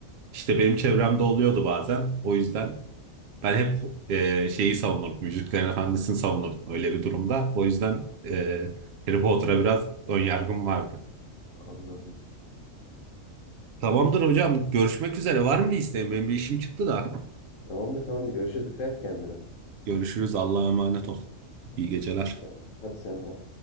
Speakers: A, on the right; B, on the left.
A: işte benim çevremde oluyordu bazen. O yüzden Ben hep e, şeyi savunurdum. Yüzüklerin Efendisi'ni savunurdum öyle bir durumda. O yüzden e, Harry Potter'a biraz ön yargım vardı.
B: Anladım.
A: Tamamdır hocam. Görüşmek üzere. Var mı bir isteğin? Benim bir işim çıktı da.
B: Tamamdır tamamdır. Görüşürüz. Dikkat et kendine.
A: Görüşürüz. Allah'a emanet ol. İyi geceler.
B: Hadi sen, hadi sen de.